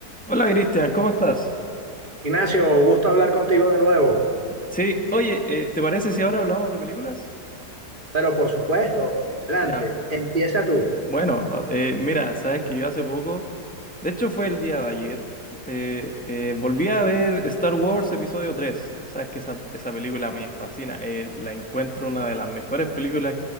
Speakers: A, in the centre; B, on the right (about 30°).
A: Hola Cristian, ¿cómo estás?
B: Ignacio, gusto hablar contigo de nuevo,
A: Sí, oye, eh, ¿te parece si ahora hablamos de películas?
B: pero por supuesto, adelante,
A: Ya,
B: empieza tú.
A: bueno, eh, mira, sabes que yo hace poco, de hecho fue el día de ayer, eh, eh, volví a ver Star Wars Episodio tres. Sabes que esa, esa película me fascina, eh, la encuentro una de las mejores películas